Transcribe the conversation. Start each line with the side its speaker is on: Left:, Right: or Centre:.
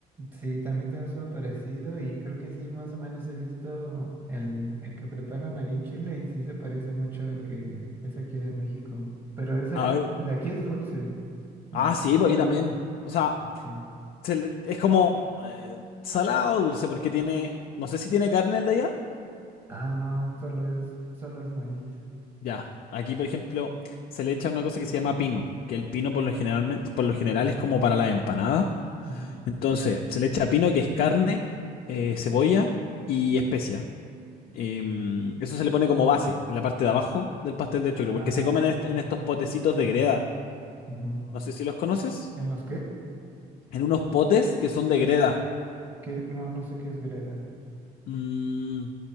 Right: Sí, también tenemos uno parecido y creo que sí, más o menos he visto el, el que preparan ahí en Chile y sí se parece mucho al que es aquí de México. Pero es aquí,
Left: A ver,
Right: el de aquí es dulce, ¿no?
Left: ah, sí, pues aquí también. O sea,
Right: Sí.
Left: se le- es como eh, salado dulce porque tiene, no sé si tiene carne el de allá.
Right: Ah, no, solo es, solo es maíz.
Left: Ya, aquí por ejemplo se le echa una cosa que se llama pino, que el pino por lo generalmente, por lo general es como para las empanadas.
Right: Ajá.
Left: Entonces, se le echa pino, que es carne, eh, cebolla y especia. Em, eso se le pone como base en la parte de abajo del pastel de choclo,
Right: Ah,
Left: porque se comen
Right: ya.
Left: en, est- en estos potecitos de greda.
Right: Ujú.
Left: No sé si los conoces.
Right: ¿En los qué?
Left: En unos potes que son de greda.
Right: ¿Qué? No, no sé qué es greda.
Left: Mm,